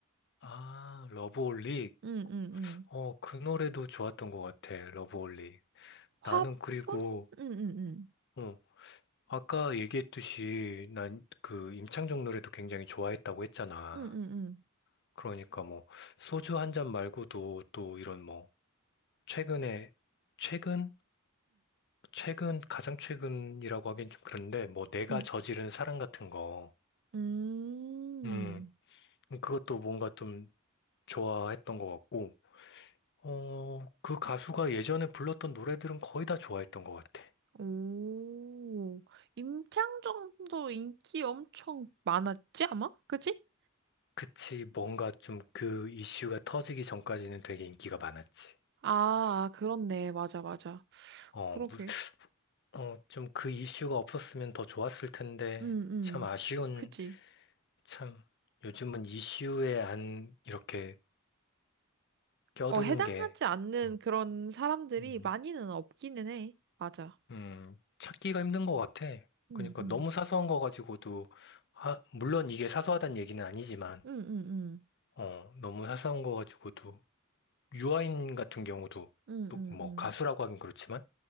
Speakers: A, on the left; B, on the right.
A: 아, 러브홀릭.
B: 응, 응, 응.
A: 어, 그 노래도 좋았던 것 같아, 러브홀리.
B: 화분?
A: 나는 그리고,
B: 응, 응, 응.
A: 어, 아까 얘기했듯이 난 그 임창정 노래도 굉장히 좋아했다고 했잖아.
B: 응, 응, 응.
A: 그러니까 뭐, 소주 한 잔 말고도 또 이런 뭐, 최근에, 최근? 최근, 가장 최근이라고 하긴 좀 그런데, 뭐, 내가
B: 응,
A: 저지른 사랑 같은 거,
B: 응. 음.
A: 음, 그것도 뭔가 좀 좋아했던 것 같고, 어, 그 가수가 예전에 불렀던 노래들은 거의 다 좋아했던 것 같아.
B: 오. 임창정도 인기 엄청 많았지, 아마? 그치?
A: 그치, 뭔가 좀 그 이슈가 터지기 전까지는 되게 인기가 많았지.
B: 아, 그렇네. 맞아, 맞아.
A: 어,
B: 그러게.
A: 무, 어, 좀 그 이슈가 없었으면 더 좋았을 텐데,
B: 응, 응.
A: 참 아쉬운,
B: 그치.
A: 참, 요즘은 이슈에 안 이렇게 껴드는
B: 어, 해당하지
A: 게,
B: 않는
A: 어,
B: 그런 사람들이
A: 음,
B: 많이는 없기는 해. 맞아.
A: 음, 찾기가 힘든 것 같아.
B: 응,
A: 그러니까
B: 응.
A: 너무 사소한 거 가지고도, 하, 물론 이게 사소하다는 얘기는 아니지만,
B: 응, 응, 응.
A: 어, 너무 사소한 거 가지고도, 유아인
B: 그,
A: 같은 경우도,
B: 응,
A: 또
B: 응,
A: 뭐
B: 응.
A: 가수라고 하긴 그렇지만,